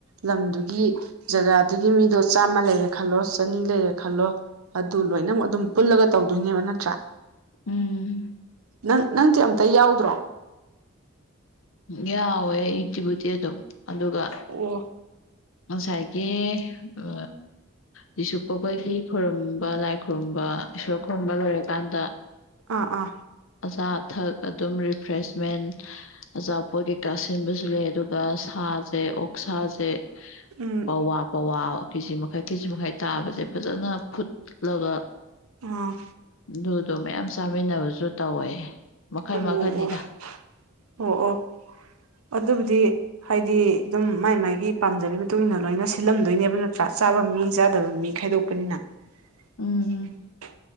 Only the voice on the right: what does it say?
ꯂꯝꯗꯨꯒꯤ ꯖꯒꯥꯗꯨꯒꯤ ꯃꯤꯗꯣ ꯆꯥꯝꯃ ꯂꯩꯔꯦ ꯈꯜꯂꯣ ꯆꯅꯤ ꯂꯩꯔꯦ ꯈꯜꯂꯣ ꯑꯗꯨ ꯂꯣꯏꯅꯃꯛ ꯑꯗꯨꯝ ꯄꯨꯜꯂꯒ ꯇꯧꯗꯣꯏꯅꯦꯕ ꯅꯠꯇ꯭ꯔꯥ
ꯅꯪ ꯅꯪꯗꯤ ꯑꯝꯇ ꯌꯥꯎꯗ꯭ꯔꯣ
ꯑꯣ
ꯑꯥ ꯑꯥ
ꯎꯝ
ꯑꯥ
ꯑꯣ
ꯑꯣ ꯑꯣ ꯑꯣ ꯑꯗꯨꯕꯨꯗꯤ ꯍꯥꯏꯗꯤ ꯑꯗꯨꯝ ꯃꯥꯏ ꯃꯥꯥꯏꯒꯤ ꯄꯥꯝꯖꯕꯤ ꯃꯇꯨꯡꯏꯟꯅ ꯂꯣꯏꯅ ꯁꯤꯜꯂꯝꯗꯣꯏꯅꯦꯕ ꯅꯠꯇ꯭ꯔꯥ ꯆꯥꯕ ꯃꯤ ꯆꯥꯗꯕ ꯃꯤ ꯈꯥꯏꯗꯣꯛꯄꯅꯤꯅ <unintelligible>